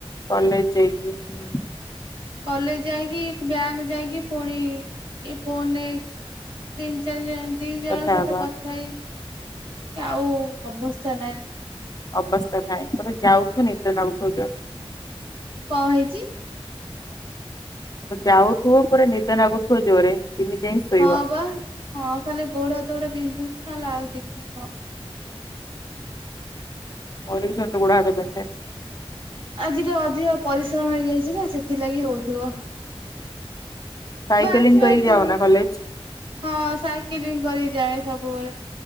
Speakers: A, on the left (about 40°); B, on the right (about 60°).
A: କଲେଜ ଯାଇକି ହୁଁ।
B: କଲେଜ ଯାଇଁକି ବ୍ୟାଙ୍କ ଯାଇଁକି ଫୁଣି ଇଏ ଫୋନରେ ତିନ ଚାରି ଜଣ ଦି ଜଣଙ୍କ
A: କଥା
B: ସହିତ
A: ହବା
B: କଥା ହେଇ ଆଉ ଅବସ୍ତା ନାଇଁ।
A: ଅବସ୍ତା ନାଇଁ ପୁରେ ଯାଉଥୁବ ନିଦ ନାଗୂଥୁବ ଜୋର୍।
B: କଣ ହେଇଚି?
A: ଯାଉଥୁବ ପୁରା ନିଦ ନାଗୁଥୁବ ଜୋରେ। କେମିତି ଯାଇକି ଶୋଇବ
B: ହଁ ପା ହଁ ଖାଲି ଗୋଢା ହାତଉଡା ବିନ୍ଧୁଚି ନହେଲେ ଆଉ କିଛି ନୁହଁ।
A: ମୋର ବି ସେମତି ଗୋଡ଼ ହାତ ବିନ୍ଧେ।
B: ଆଜି ଟିକେ ଅଧିକ ପରିଶ୍ରମ ହେଇଯାଇଚି ନା ସେଥିଲାଗି ହୋଉଥୁବ।
A: ସାଇକେଲିଙ୍ଗ୍
B: ଆସିବା
A: କରିକି
B: ଦୁ
A: ଯାଅ ନା କଲେଜ?
B: ହଁ ସାଇକେଲିଙ୍ଗ କରିକି ଯାଏ ସବୁବେଳେ